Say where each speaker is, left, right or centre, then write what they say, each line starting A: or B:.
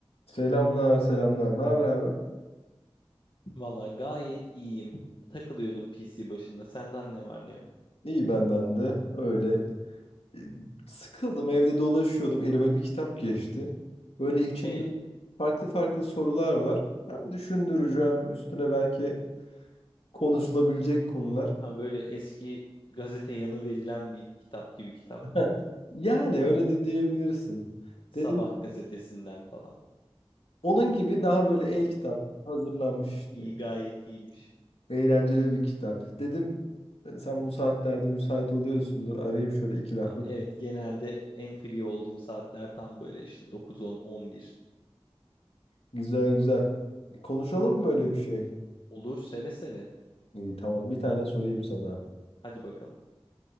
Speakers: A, on the left; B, on the left.
A: Selamlar, selamlar. Ne haber abi?
B: Valla gayet iyiyim. Takılıyordum PC başında. Senden ne var ne yok.
A: İyi benden de. Öyle e, sıkıldım, evde dolaşıyordum. Elime bir kitap geçti. Böyle içinde
B: E,
A: farklı farklı sorular var. Hem düşündürücü hem üstüne belki konuşulabilecek konular.
B: ha böyle eski gazete yanı verilen bir kitap gibi kitap
A: <laughs>
B: mı?
A: Yani öyle de diyebilirsin.
B: Sabah
A: Dedim
B: gazetesinden falan.
A: onun gibi daha böyle e-kitap hazırlanmış işte.
B: İyi gayet iyiymiş.
A: Eğlenceli bir kitap. Dedim e, sen bu saatlerde müsait oluyorsundur. Arayayım şöyle iki lak.
B: Abi, evet genelde en free olduğum saatler tam böyle işte 9-10, 11.
A: Güzel güzel. E, konuşalım mı böyle bir şey?
B: Olur seve seve.
A: İyi, tamam bir tane sorayım sana.
B: Hadi bakalım.